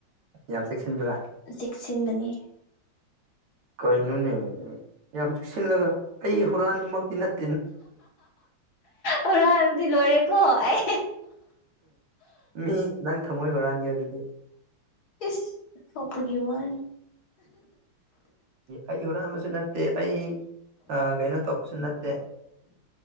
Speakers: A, on the right; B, on the left.
A: ꯌꯥꯝ ꯆꯦꯛꯁꯤꯟꯕ꯭ꯔꯥ
B: ꯆꯦꯛꯁꯤꯟꯕꯅꯤ
A: ꯀꯩꯅꯣꯅꯦ ꯌꯥꯝ ꯆꯨꯞꯁꯤꯜꯂꯒ ꯑꯩ ꯍꯨꯔꯥꯟꯗꯨꯃꯛꯇꯤ ꯅꯠꯇꯦ
B: ꯍꯨꯔꯥꯟꯗꯤ ꯂꯣꯏꯔꯦꯀꯣ ꯑꯦ
A: ꯃꯤ ꯅꯪ ꯊꯃꯣꯏ ꯍꯨꯔꯥꯟꯒꯦ ꯑꯗꯨꯗꯤ
B: ꯏꯁ ꯁꯄꯒꯤ ꯋꯥꯅꯤ
A: ꯑꯩ ꯍꯨꯔꯥꯟꯕꯁꯨ ꯅꯠꯇꯦ ꯑꯩ ꯑ ꯀꯩꯅꯩꯅ ꯇꯞꯁꯤ ꯅꯠꯇꯦ